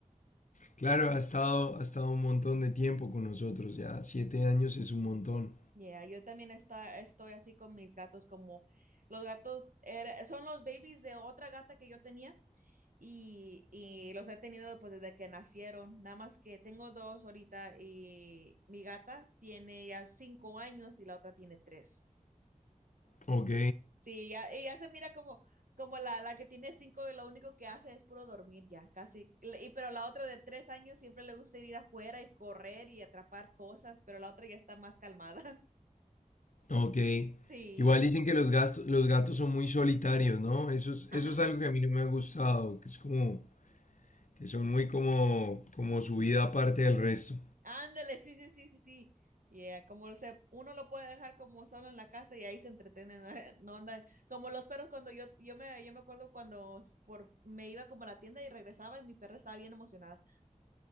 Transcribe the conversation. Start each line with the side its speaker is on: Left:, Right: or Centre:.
Left: Claro, ha estado, ha estado un montón de tiempo con nosotros, ya siete años es un montón.
Right: Ya, yo también está, estoy así con mis gatos, como los gatos era- son los babies de otra gata que yo tenía. y, y los he tenido pues desde que nacieron. Nada más que tengo dos ahorita y mi gata tiene ya cinco años y la otra tiene tres.
Left: Ok,
Right: Sí, ya, ella se mira como, como la, la que tiene cinco y lo único que hace es puro dormir ya, casi. Y, pero la otra de tres años siempre le gusta ir afuera y correr y atrapar cosas, pero la otra ya está más calmada. <laughs>
Left: Ok.
Right: Sí.
Left: Igual dicen que los gastos, los gatos son muy solitarios, ¿no? Eso es,
Right: Ajá.
Left: eso es algo que a mí no me ha gustado, que es como, que son muy como, como su vida aparte del resto.
Right: Ándale, sí, sí, sí, sí, sí. Yeah, como se, uno lo puede dejar como solo en la casa y ahí se entretienen, <laughs> no andan como los perros cuando yo, yo me, yo me acuerdo cuando s- por, me iba como a la tienda y regresaba y mi perra estaba bien emocionada.